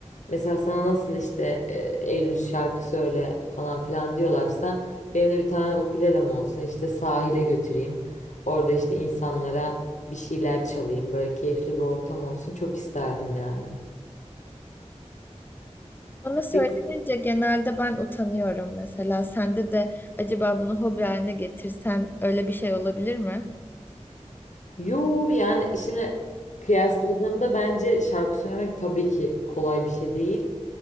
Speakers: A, on the left (about 80°); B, on the left (about 15°).
A: mesela sana nasıl işte e, Eylül şarkı söyle falan filan diyorlarsa benim de bir tane ukulelem olsun işte sahile götüreyim orada işte insanlara bir şeyler çalayım böyle keyifli bir ortam olsun çok isterdim yani.
B: Bana söylenince
A: Peki
B: genelde ben utanıyorum mesela. Sende de acaba bunu hobi haline getirsen öyle bir şey olabilir mi?
A: Yo yani şimdi kıyasladığımda bence şarkı söylemek tabii ki kolay bir şey değil.